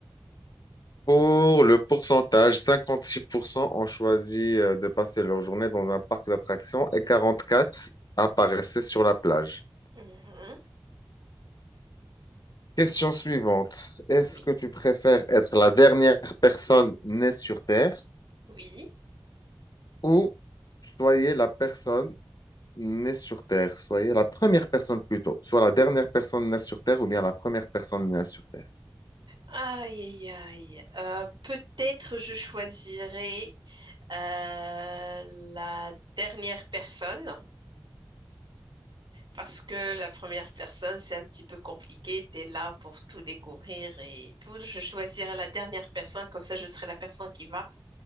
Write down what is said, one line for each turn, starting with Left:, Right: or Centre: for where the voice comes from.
Left: pour le pourcentage, 56% ont choisi euh, de passer leur journée dans un parc d'attractions et 44% apparaissaient sur la plage.
Right: Mhm.
Left: Question suivante. Est-ce
Right: Oui,
Left: que tu préfères être la dernière personne née sur Terre
Right: oui.
Left: ou soyez la personne née sur Terre, soyez la première personne plutôt, soit la dernière personne née sur Terre ou bien la première personne née sur Terre.
Right: Aïe, aïe, aïe. Euh, peut-être je choisirai euh, la dernière personne. Parce que la première personne, c'est un petit peu compliqué. Tu es là pour tout découvrir et tout. Je choisirai la dernière personne, comme ça je serai la personne qui va